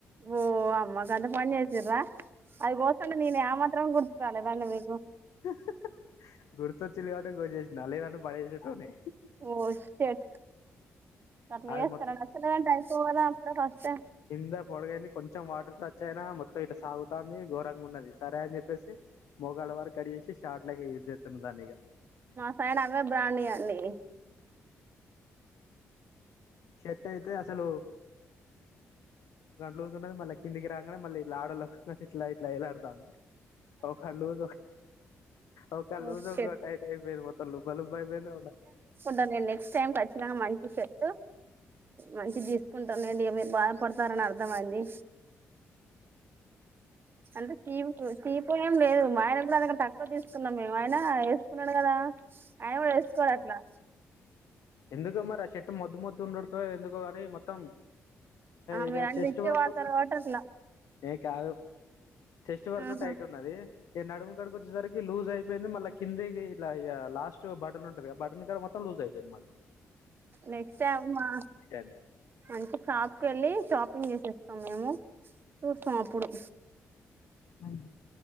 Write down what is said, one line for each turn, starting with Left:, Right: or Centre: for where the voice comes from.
Right: ఓ అమ్మగాద బంద్ చేసిర్రా అది గోస్తంటే నేన్ యా మాత్రాం గుర్తు రాలేద అండి మీకు
Left: <inaudible> గుర్తొచ్చిర్రు కబాట్టే గోచేసిన లేదంటే పడేసేటోడిని
Right: ఓ సేట్ అట్లా
Left: అది
Right: చెస్తారా నచ్చలేదంటే అయిపో కదా అప్పుడే వస్తే
Left: హింద పొడగాయింది కొం కొంచెం వాటర్ టచ్ అయినా మొత్తం ఇట్లా సాగుతోంది ఘోరంగా ఉన్నది, సరే అని చెప్పసి మోగాళ్ళ వారు కడి చేసి షార్ట్ లాగా యూజ్ చేస్తున్న దాన్ని ఇక
Right: మా పైన అవే బ్రానీ అండి
Left: షర్ట్ అయితే అసలు లూస్ ఉన్నది మళీ కిందికి రాగానే మళ్ళీ ఈ డ లొకిట్ ఇట్లాట్లా ఎలాడుతాంది ఒకజ ఒక
Right: ఓ
Left: జ
Right: షట్
Left: ఒక టయితే అయిపోయిను మొత్తం లబ్బా లుబ్బా అయిపోయినా
Right: ను నెక్స్ట్ టైకి వచ్చిన మంచి చెట్ మంచి తీసుకుంటానండి మీరు బాధపడతారని అర్థంమయింది అంత కటీ ఇప్పు ఏం లేదు మా ఆన కూడా అ తక్కువ తీసుకున్నాం మేము ఆయన కున్నాడు కదా ఆయన కూడా వేసుకోడు అట్లా
Left: ఎందుక మరి ఆ చెట్టు మద్దు మద్దు ఉండడు ఎందుకు ని మొత్తం
Right: ఆమె
Left: ఇలా
Right: అ
Left: చెస్ట్
Right: ఇచ్చ
Left: వరకు
Right: వార్తాల టర్కలా
Left: ఏ కారు చెస్ట్ వరకు
Right: ఆహా
Left: టైట్ ఉన్నది ఈక నడు కడిక వచ్చేసరికి లూజ అయిపోయిందిళ్ళ కింద ఇట్ లాస్ట్ బటన్ ఉంటుంది బటన్ కడ మొత్తం లూజ్ అయిపోయిందిళ్ళీ
Right: నెక్స్ట్ ఏమా
Left: అయిపోయింది
Right: మంచి షాప్ క వెళ్ళి షాపింగ్ చేసేస్త మేము చూస్తాం అప్పుడు
Left: ఆ